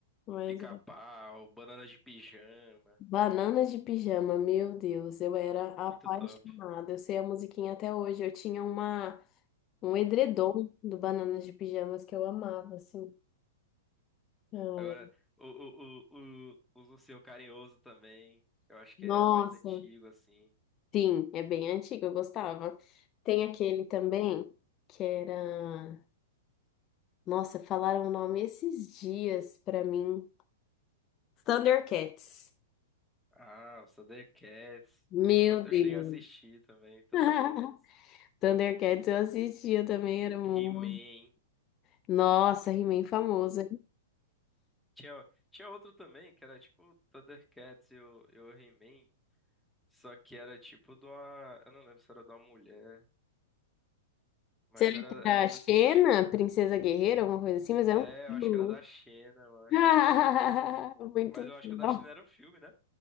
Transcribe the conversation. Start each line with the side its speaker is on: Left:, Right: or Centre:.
Left: Mas
Centre: Pica-pau, banana de pijama,
Left: Bananas de Pijama, meu Deus, eu era apaixonada.
Centre: muito top.
Left: Eu sei a musiquinha até hoje. Eu tinha uma um edredom do Bananas de Pijamas que eu amava, assim. Cara,
Centre: Agora, o, o, o, o, os Ursinho Carinhoso também, eu acho que
Left: Nossa,
Centre: é mais antigo, assim.
Left: sim, é bem antigo, eu gostava. Tem aquele também que era, nossa, falaram o nome esses dias pra mim. Thundercats.
Centre: Ah, os Thundercats.
Left: Meu
Centre: Eu, eu
Left: Deus.
Centre: cheguei a assistir também, Thundercats.
Left: <laughs> Thundercats eu assistia também, era muito.
Centre: He-Man.
Left: Nossa, He-Man famoso. hein?
Centre: Tinha, tinha outro também, que era tipo Thundercats e o, e o He-Man. Só que era tipo de uma. Eu não lembro se era de uma mulher, mas
Left: Será
Centre: era,
Left: que era
Centre: era
Left: a
Centre: desses.
Left: Xena, Princesa Guerreira, alguma coisa assim? Mas
Centre: É,
Left: era um filme.
Centre: eu acho que era da China, eu acho.
Left: <laughs> Muito
Centre: Mas eu acho
Left: bom.
Centre: que o da China era um filme, né?